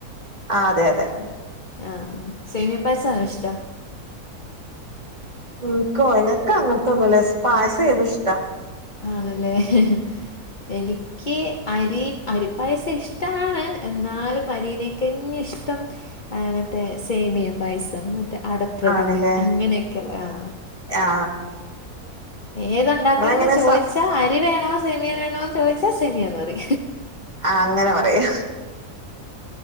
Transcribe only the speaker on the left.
ആഹ് സേമിയപ്പായസാ ഇഷ്
ആണല്ലേ ഹേ ഹേ എനിക്ക് അരി അരിപ്പായസം ഇഷ്ടമാണ് എന്നാലും പനീനക്കെ ഇഷ്ടം മറ്റേ സോമിയ പായസം മറ്റേ അടപ്രഥമൻ
അങ്ങനെയൊക്കെല്ലേ ആ
ഏതുണ്ടാക്കണമെന്ന്
ചോദിച്ചാ
അരി വേണോ സെമീയ വേണോന്ന് ചോദിച്ചാ സേമിയ മതി